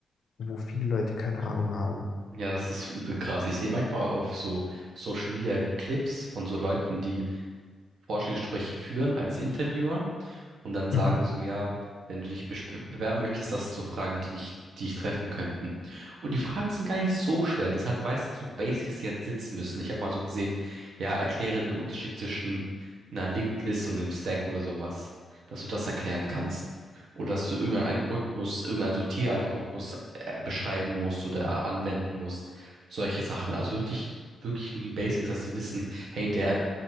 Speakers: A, on the left; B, on the right.
A: wo viele Leute keine Ahnung haben.
B: ja, das ist übel krass. Ich sehe manchmal auf so Social Media Clips von so Leuten, die Vorstellungsgespräche führen als Interviewer. und dann sagen
A: Mhm.
B: so, ja, wenn du dich besp- bewerben möchtest, das sind so Fragen, die dich, die dich treffen könnten. Und die Fragen sind gar nicht so schwer. Das sind halt meistens so Basics, die halt sitzen müssen. Ich habe mal so gesehen, ja, erkläre den Unterschied zwischen einer Linked List und einem Stack oder sowas, dass du das erklären kannst. Oder dass du irgendeinen Algorithmus, irgendeinen Sortieralgorithmus äh, beschreiben musst oder anwenden musst. Solche Sachen. Also wirklich, wirklich nur die Basics, dass sie wissen, hey, der